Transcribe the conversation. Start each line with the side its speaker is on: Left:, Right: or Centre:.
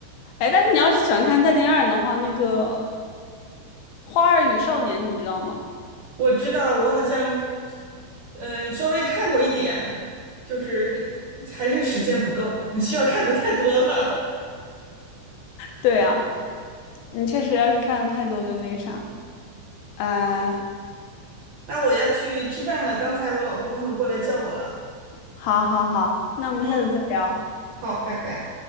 Left: 哎，但是你要是喜欢看《再见爱人》的话，那个《花儿与少年》你知道吗？
Right: 我知道，我好像，嗯、稍微看过一点，就是还是时间不够，<laughs> 需要看的太多了。
Left: 对呀、你确实要是看的太多就那啥。嗯，
Right: <laughs> 嗯，那我要去吃饭了，刚才我老公他们过来叫我了。
Left: 好好好，那我们下次再聊。
Right: 嗯，好，拜拜。